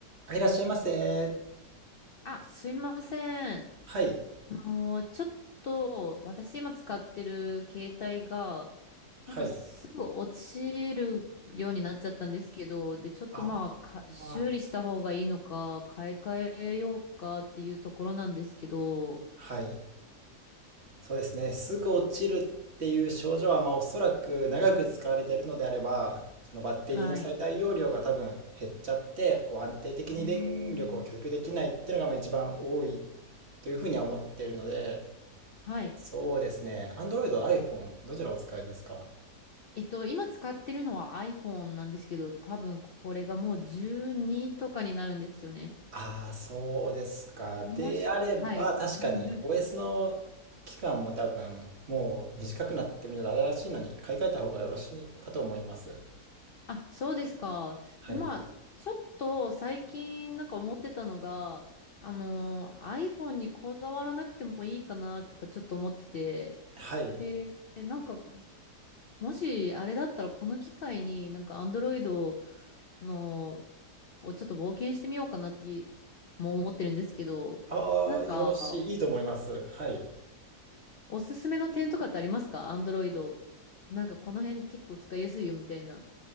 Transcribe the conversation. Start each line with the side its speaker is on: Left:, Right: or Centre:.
Right: あいらっしゃいませ。
Left: あ、すいません。
Right: はい。
Left: あのー、ちょっと、私今使ってる携帯が、
Right: はい。
Left: なんかすぐ落ちるようになっちゃったんですけど、で、ちょっとまあ、
Right: あ
Left: か修理した方がいいのか、
Right: あ、
Left: 買い替えようかっていうところなんですけど、
Right: はい。そうですね。すぐ落ちるっていう症状は、まあ、おそらく長く使われているのであれば、そのバッテリーの最大容量が多分減っちゃって、
Left: はい。
Right: こう安定的に電力を供給できないっていうのがまあ一番多い
Left: うーん。
Right: というふうには思っているので、
Left: はい。
Right: そうですね。Android、iPhone、どちらお使いですか
Left: えっと、今使ってるのは iPhone なんですけど、多分これがもう12とかになるんですよね。
Right: ああ、そうですか。
Left: もし、
Right: であれば、
Left: はい。<laughs>
Right: 確かに OS の期間も多分、もう短くなってるので、新しいのに買い替えた方がよろしいかと思います。
Left: あ、そうですか。
Right: はい。
Left: で、まあ、ちょっと最近なんか思ってたのが、あの、iPhone にこだわらなくてもいいかなとかちょっと思ってて、
Right: はい。
Left: で、でなんか、もしあれだったらこの機会になんか Android のをちょっと冒険してみようかなっても思ってるんですけど、
Right: ああ、
Left: なんか、
Right: よろしい。いいと思います。はい。
Left: おすすめの点とかってありますか Android。なんかこの辺結構使いやすいよみたいな。